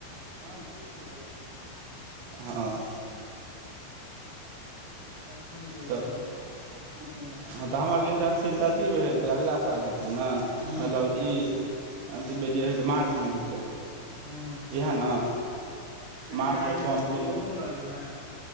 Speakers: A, on the right; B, on the right.
A: हँ बहुत दिन जाइ छी
B: हँ
A: आ ठण्डी जलिया
B: तऽ
A: बहुत दस बस दू तीन महिना सँ
B: हँ तऽ हम आरके इंटर्नशिप तऽ अथ हेतै अगिला साल हेतै ने मतलब
A: हूँ
B: ई अंतिम में जे हेत मार्च मे हेत
A: हूँ
B: इह ने
A: तीन
B: मार्च
A: चारि आदमी
B: मे फॉर्म
A: मिल कऽ
B: फिल
A: एगो रूम लऽ लीहें